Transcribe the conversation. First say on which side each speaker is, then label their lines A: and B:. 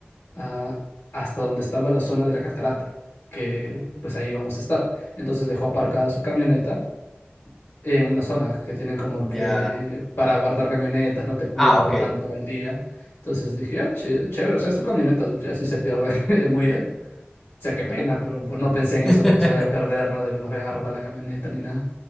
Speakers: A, on the left; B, in the centre.
A: ah, hasta donde estaba la zona de la catarata, que pues ahí vamos a estar. Entonces dejó aparcada su camioneta en una zona que tienen como
B: Ya.
A: que para guardar camionetas, no te cuidan
B: Ah, ok.
A: por tanto al día. Entonces dije, ah, ch- chévere, o sea, su camioneta, o sea, si se pierde, <laughs> muy bien. O sea, qué pena, pero pues no pensé en eso
B: <laughs>
A: de que se vaya a perder, ¿no? De que nos vayan a robar la camioneta ni nada.